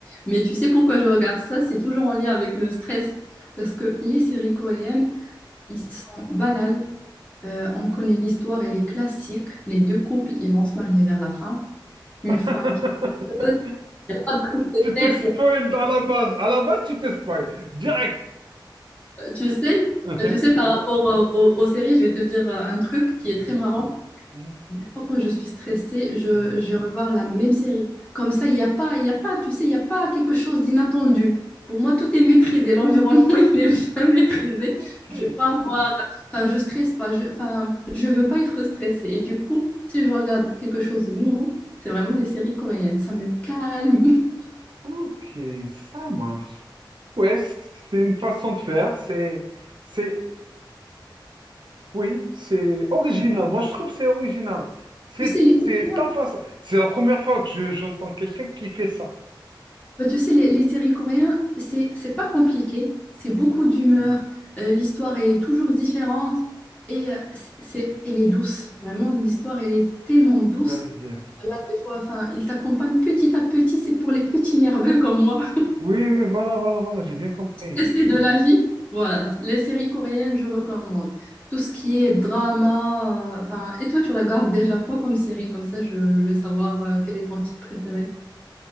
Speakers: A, on the left; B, on the right.
A: Mais tu sais pourquoi je regarde ça? C'est toujours en lien avec le stress parce que les séries coréennes, ils sont banales. Euh, on connaît l'histoire, elle est classique. Les deux couples, ils vont se marier vers la fin. Une
B: <laughs>
A: fin qui ne pas de prise de
B: Tu
A: tête.
B: te spoil
A: il y a-
B: dans la base. À la base, tu te spoil. Direct.
A: Tu sais,
B: <laughs> Mhm,
A: tu sais,
B: j'adore.
A: par rapport euh, aux, aux séries, je vais te dire euh, un truc qui est
B: Mhm,
A: très marrant.
B: mhm,
A: Des fois, quand je suis stressée, je,
B: mhm.
A: je vais revoir la même série. Comme ça, il n'y a pas, il y a pas, tu sais, il n'y a pas quelque chose d'inattendu. Pour moi, tout est maîtrisé. L'environnement, <laughs> il est bien maîtrisé.
B: Ok.
A: Je vais pas avoir, enfin, je stresse pas. Je, enfin, je veux pas être stressée. Et du coup, si je regarde quelque chose de nouveau, c'est vraiment les séries coréennes. Ça me calme. <laughs>
B: Ok, ça marche. Ouais, c- c'est une façon de faire. C'est, c'est, oui, c'est original. Moi, je trouve que c'est original. C'est,
A: Tu sais, les
B: c'est
A: Coréens,
B: ta façon. C'est la première fois que je- j'entends quelqu'un qui fait ça.
A: Bah, tu sais, les, les séries coréennes, c'est, c'est pas compliqué, c'est beaucoup d'humeur, euh, l'histoire est toujours différente et euh, c'est, c'est- elle est douce, vraiment, l'histoire, elle est tellement douce.
B: J'allais dire.
A: Là, des fois, enfin, ils t'accompagnent petit à petit, c'est pour les petits nerveux comme moi, <laughs>
B: Oui, oui, voilà, voilà, voilà. J'ai bien compris.
A: Et c'est de la vie. Voilà, les séries coréennes, je recommande. Tout ce qui est drama, euh, enfin, et toi, tu regardes déjà quoi comme série? Comme ça, je, je vais savoir euh, quel est ton type préféré.